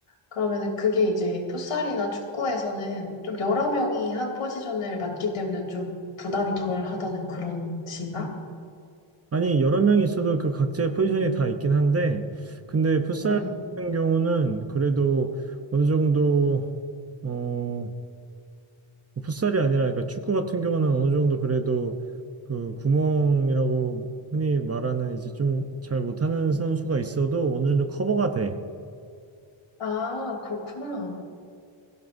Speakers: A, on the left (about 85°); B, on the right (about 30°).
A: 그러면은 그게 이제 풋살이나 축구에서는 좀 여러 명이 한 포지션을 맡기 때문에 좀 부담이 덜 하다는 그런 뜻인가?
B: 아니, 여러 명이 있어도 그 각자의 포지션이 다 있긴 한데, 근데 풋살
A: 응, 응.
B: 같은 경우는 그래도 어느 정도, 어, 풋살이 아니라, 그러니까 축구 같은 경우는 어느 정도 그래도 그 구멍이라고 흔히 말하는 이제 좀 잘 못하는 선수가 있어도 어느 정도 커버가 돼.
A: 아, 그렇구나.